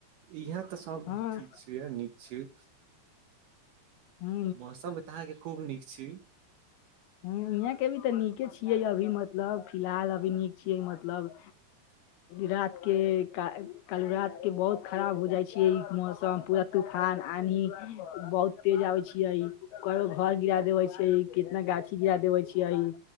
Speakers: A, on the right; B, on the left.
A: इहे तऽ सभ
B: हँ
A: ठीक छीये नीक छी।
B: हू।
A: मौसम एतऽ अहाँके खूब नीक छी।
B: ह यहाँ के भी तऽ नीके छियै अभी मतलब फिलहाल अभी नीक छियै मतलब
A: <unintelligible>
B: रात के कालहि रातके बहुत खराब हो जाइ छियै इ मौसम पूरा तूफान आनी बहुत तेज आबै छियइ। करो घर गिरा देवे छै, कितना गाछी गिरा देवे छीयइ